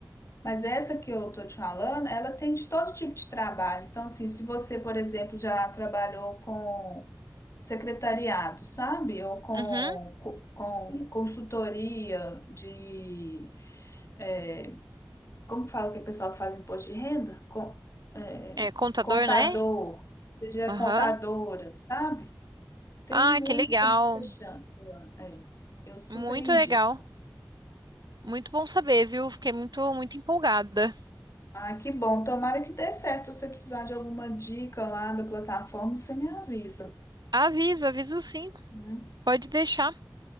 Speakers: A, on the left; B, on the right.
A: mas essa que eu tô te falando, ela tem de todo tipo de trabalho. Então, assim, se você, por exemplo, já trabalhou com secretariado, sabe? Ou com,
B: Uhum.
A: co- com consultoria de, é, como fala que o pessoal que faz imposto de renda? Com, é,
B: É contador,
A: contador,
B: né?
A: seja
B: Aham.
A: contadora, sabe? Tem
B: Ah,
A: muita,
B: que legal.
A: muita chance lá. É, eu super
B: Muito
A: indico.
B: legal. Muito bom saber, viu? Fiquei muito, muito empolgada.
A: Ah, que bom. Tomara que dê certo. Se você precisar de alguma dica lá da plataforma, você me avisa,
B: Aviso, aviso sim.
A: né?
B: Pode deixar.